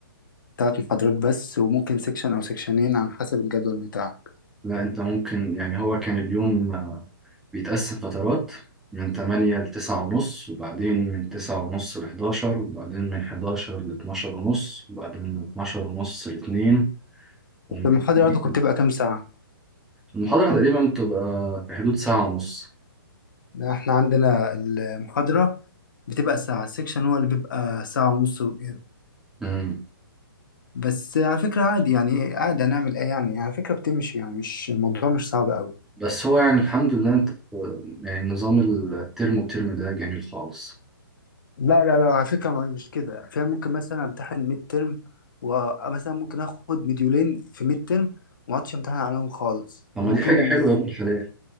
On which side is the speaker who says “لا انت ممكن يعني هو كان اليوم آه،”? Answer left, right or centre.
Centre